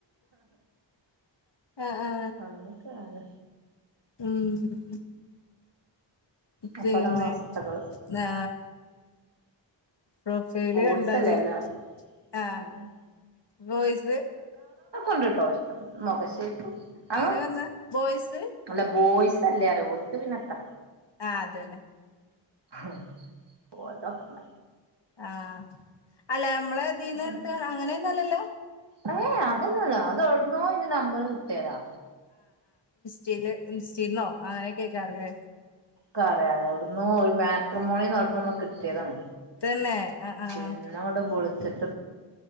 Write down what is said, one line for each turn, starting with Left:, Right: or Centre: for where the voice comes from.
Left: അ ആ
Right: അങ്ങനൊക്കാണ്
Left: ഉം പിന്നെ
Right: അപ്പതാണ് അവസ്ഥകള്
Left: ആ പ്രൊഫൈല്
Right: ബോയ്സല്ലേ
Left: കണ്ടാല്
Right: എല്ലാം
Left: ആ
Right: ഉം
Left: വോയിസ്
Right: ഉണ്ട്ട്ടോ മൊഖശേപ്പു അ
Left: എങ്ങനെ പറഞ്ഞെ ബോയ്സ്
Right: അല്ല ബോയ്സ് ല്ലറ ഓൽക്ക് പിന്നത്താ
Left: ആഹ് അതന്നെ
Right: ഉം പോയതോക്കുന്ന
Left: ആ അല്ല നമ്മളതീന്ന്ടുത്ത
Right: പിന്നെ
Left: അങ്ങനെയൊന്നുല്ലല്ലോ
Right: ഏ അതൊന്നല്ല അതേടന്നോ ഇന്റെ നമ്പർ കിട്ടിയതാ
Left: ചില് ഇൻസ്റ്റിന്നോ അങ്ങനെകേക്കാരല്ലേ
Right: ക്കറിയ എവിടുന്നോ ഒരു മാട്രിമോണിന്ന് അവിട്ന്നൊന്ന് കിട്ടിയതാണ്
Left: തന്നെ ആഹ് ആഹ്
Right: പിന്നവിടെ <unintelligible>